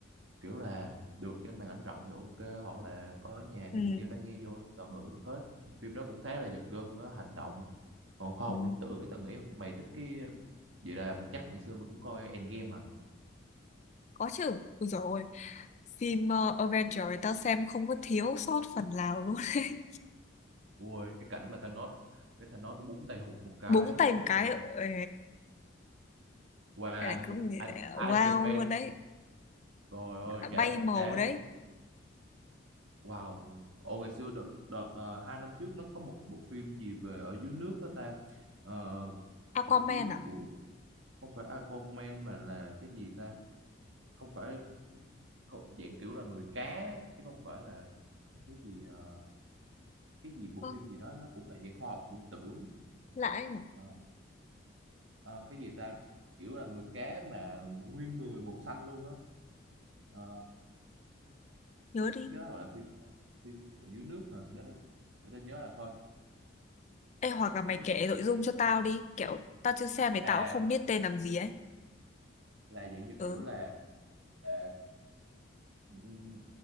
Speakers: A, on the right; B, on the left.
A: kiểu là được trên màn ảnh rộng thì ok hoặc là coi ở nhà
B: ừ,
A: thì đeo tai nghe vô tận hưởng được hết phim đó cũng khá là giật gân á hành động còn khoa học
B: ừ.
A: viễn tưởng người ta nghĩ mày thích cái vậy là chắc ngày xưa mày cũng coi Endgame hả
B: Có chứ. Ui dồi ôi. Phim ờ, Avengers tao xem không có thiếu sót phần nào luôn <laughs> đấy
A: Ui, cái cảnh mà Thanos cái Thanos nó búng tay hụt một cái
B: búng tay một cái
A: qua
B: ê,
A: qua
B: Đây là
A: anh
B: cũng
A: anh
B: wow
A: Iron Man
B: luôn đấy.
A: rồi
B: Đã
A: ơi
B: bay
A: cả
B: màu
A: cả
B: đấy.
A: wow Ồ ngày xưa đợt đợt ờ, hai năm trước nó có một bộ phim gì về ở dưới nước đó ta Ờ,
B: Aquaman
A: cuộc chiến
B: à?
A: của không phải Iron Man mà là cái gì ta không phải không- dạng kiểu là người cá chứ không phải là cái gì ờ, cái gì bộ
B: Ơ,
A: phim gì đó nó cũng là dạng khoa học viễn tưởng
B: lạ đấy nhở?
A: Ờ, Ờ, cái gì ta kiểu là người cá mà nguyên người màu xanh luôn á Ờ,
B: Nhớ đi.
A: cái đó gọi là phim phim dưới nước hả để tôi, để tôi nhớ là coi
B: Ê, hoặc là mày
A: nước
B: kể nội dung cho
A: ờ,
B: tao đi. Kiểu tao chưa xem thì
A: à
B: tao cũng không biết tên làm gì ấy.
A: là dạng như
B: Ừ,
A: kiểu là à, ừm,